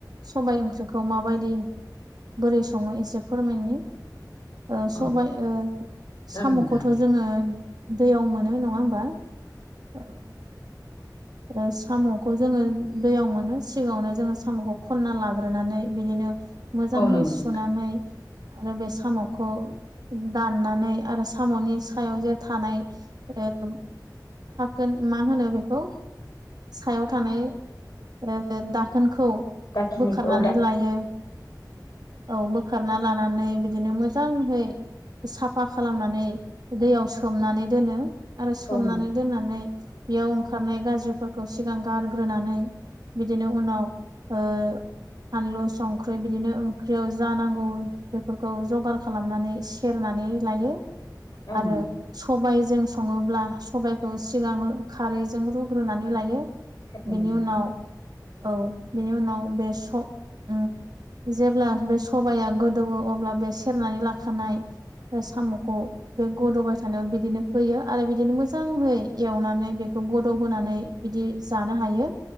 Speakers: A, on the right; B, on the left.
A: सबाय ओंख्रि खौ माबायदि बोरै सङो एसे फोरमायनि ओ सबाय
B: औ
A: ओ
B: जागोन
A: साम'खौथ'
B: नोंथां दे
A: जोङो दैयाव मोनो नङा होमबा? बा ओ ओ साम'खौ जोङो दैयाव मोनो सिगाङावनो जोङो साम'खौ खन्ना लाग्रोनानै बिदिनो मोजांहै
B: औ नंगौ
A: सुनानै
B: नोंथां
A: आरो बे साम'खौ दाननानै आरो साम'नि सायाव जे थानाय ओ दाखोन ओ मा होनो बेखौ सायाव थानाय ओ दाखोनखौ
B: दाखिनिखौ
A: बोखारनानै
B: औ दा
A: लायो। औ बोखार सुना लानानै बिदिनो मोजांहै साफा खालामनानै दैयाव सोमनानै दोनो आरो सोमनानै
B: औ नों
A: दोननानै बेयाव ओंखारनाय गाज ज्रिफोरखौ सिगां गारग्रोनानै बिदिनो उनाव ओ फानलु संख्रि बिदिनो ओंख्रियाव जानांगौ बेफोरखौ जगार खालामनानै सेरना ननै लायो
B: औ
A: आरो
B: नंगौ नोंथां
A: सबायजों सङोब्ला सबायखौ सिगां खारैजों रु रुनानै लायो
B: औ नंगौ
A: बेनि
B: नोंथां
A: उनाव औ बेनि उनाव बे स ओ जेब्ला बे सबाया गोदौवो अब्ला बे सेरनानै लाखानाय साम'खौ बे गद'बाय थानायाव बिदिनो होयो आरो बिदिनो मोजाङै एवनानै बेखौ गद' होनानै बिदि जानो हायो